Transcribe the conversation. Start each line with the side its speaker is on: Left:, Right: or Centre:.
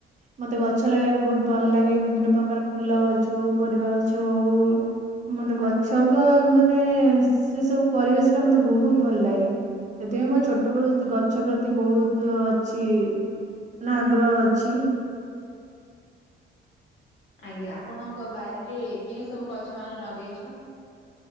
Right: ମତେ ଗଛ ଲଗେଇବାକୁ ବହୁତ ଭଲ ଲାଗେ ବିଭିନ୍ନ ପ୍ରକାର ଫୁଲ ଗଛ ହୋଉ ପରିବା ଗଛ ହୋଉ। ମୋତେ ଗଛଙ୍କ ମାନେ ସେ ସବୁ ପରିବେଶ ଟା ମତେ ବହୁତ ଭଲ ଲାଗେ। ସେଥିପାଇଁ ମୋ ଛୋଟବେଳୁ ଗଛ ପ୍ରତି ବହୁତ ସିଏ ମାନେ ଆଗ୍ରହ ଅଛି।
Left: ଆଜ୍ଞା ଆପଣଙ୍କ ବାରିରେ କେଉଁ ସବୁ ଗଛ ମାନ ଲଗେଇଛ?